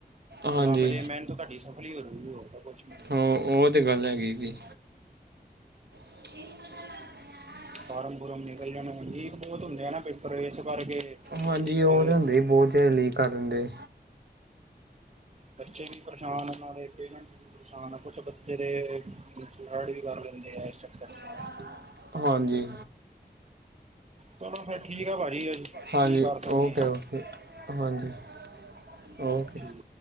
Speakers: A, on the right; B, on the right.
A: ਹਾਂਜੀ
B: ਲੱਗ ਜੇ ਮਿਹਨਤ ਤੁਹਾਡੀ ਸਫਲੀ ਹੋ ਰੂਗੀ ਉਹ ਤਾਂ ਕੁਛ ਨਹੀਂ
A: ਹੋ ਉਹ, ਤੇ ਗੱਲ ਹੈਗੀ ਜੀ। <inaudible>
B: ਫਾਰਮ ਫੁਰਮ ਨਿਕਲ ਜਾਣੇ, ਮਹਿਗੇ ਬਹੁਤ ਹੁੰਦੇ ਆ ਨ ਪੇਪਰ, ਇਸ ਕਰਕੇ
A: ਹਾਂਜੀ, ਉਹ
B: ਫਿਰ
A: ਨਾ ਅਜੇ ਪੁਹੰਚੇ ਨਈ ਕਰਨ ਦੇ
B: ਬੱਚੇ ਵੀ, ਪਰੇਸ਼ਾਨ ਉਹਨਾਂ ਦੇ, ਪੇਰੈਂਟਸ ਵੀ ਨੁਕਸਾਨ, ਕੁਛ ਬੱਚੇ ਸੁਸਾਈਡ, ਵੀ ਕਰ ਲੈਂਦੇ ਆ ਇਸ ਚੱਕਰ ਚ
A: <unintelligible> <unintelligible> ਹਾਂਜੀ,
B: ਚਲੋ ਫਿਰ ਠੀਕ ਆ ਭਾਜੀੀ
A: ਹਾਂਜੀ
B: ਕੀ ਕਰ ਸਕਦੇ
A: ਓਕੇ
B: ਆ
A: ਓਕੇ ਹਾਂਜੀ ਓਕੇ
B: ਠੀ